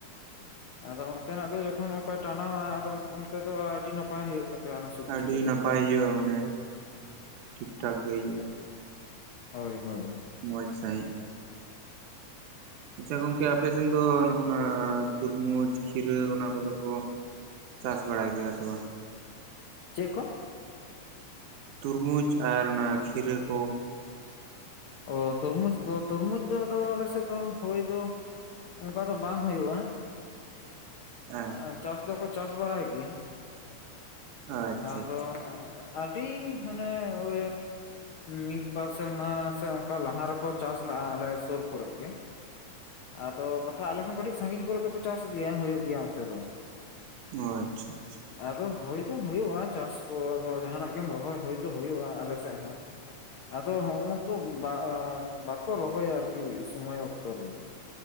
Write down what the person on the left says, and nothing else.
ᱟᱫᱚ ᱚᱱᱛᱮᱱᱟᱜ ᱫᱚ ᱡᱚᱠᱷᱚᱱ ᱚᱱᱠᱟᱭ ᱴᱟᱱᱟᱣᱟ ᱟᱫᱚ ᱚᱱᱛᱮ ᱫᱚ ᱟᱹᱰᱤ ᱱᱟᱯᱟᱭ ᱦᱩᱭᱩᱜ ᱛᱟᱯᱮᱭᱟ ᱚᱱᱟ ᱥᱚᱵᱽᱡᱤ
ᱠᱚᱫᱚ᱾
ᱦᱳᱭ ᱦᱳᱭ᱾
ᱪᱮᱜ ᱠᱚ?
ᱚ ᱛᱩᱨᱢᱩᱡᱽ ᱠᱚ ᱛᱩᱨᱢᱩᱡᱽ ᱫᱚ ᱟᱫᱚ ᱟᱞᱮ ᱥᱮᱫ ᱫᱚ ᱦᱳᱭ ᱫᱚ, ᱚᱱᱠᱟ ᱫᱚ ᱵᱟᱝ ᱦᱩᱭᱩᱜᱼᱟ᱾
ᱮᱸᱜ ᱪᱟᱥ ᱫᱚᱠᱚ ᱪᱟᱥ ᱵᱟᱲᱟᱭ ᱜᱮᱭᱟ᱾
ᱟᱫᱚ,
ᱟᱹᱰᱤ ᱦᱟᱱᱮ ᱶ ᱢᱤᱫ ᱵᱟᱨ ᱥᱮᱨᱢᱟ ᱥᱮ ᱚᱱᱠᱟ ᱞᱟᱦᱟ ᱨᱮᱠᱚ ᱪᱟᱥ ᱞᱟᱜᱼᱟ ᱟᱞᱮ ᱥᱩᱨ ᱠᱚᱨᱮ ᱜᱮ ᱟᱫᱚ ᱵᱟ ᱟᱞᱮᱦᱚᱸ ᱠᱟᱹᱴᱤᱡ ᱥᱟᱺᱜᱤᱧ ᱠᱚᱨᱮ ᱫᱚ ᱠᱚ ᱪᱟᱥ ᱜᱮᱭᱟ ᱦᱩᱭᱩᱜ ᱜᱮᱭᱟ ᱚᱱᱛᱮ ᱫᱚ᱾
ᱟᱫᱚ ᱦᱳᱭᱱᱫᱚ ᱦᱳᱭᱳᱜᱼᱟ ᱪᱟᱥ ᱠᱚ ᱟᱫᱚ ᱡᱟᱦᱟᱱᱟᱜ ᱜᱮᱢ ᱨᱚᱦᱚᱭ ᱦᱳᱭ ᱫᱚ ᱦᱳᱭᱳᱜᱼᱟ ᱟᱞᱮᱥᱮᱜ ᱦᱚᱸ
ᱟᱫᱚ ᱦᱚᱜᱼᱚ ᱱᱩᱠᱩ ᱵᱟ ᱵᱟᱠᱚ ᱨᱚᱦᱚᱭᱟ ᱟᱨᱠᱤ ᱥᱚᱢᱚᱭ ᱚᱠᱛᱚ ᱨᱮᱼᱼ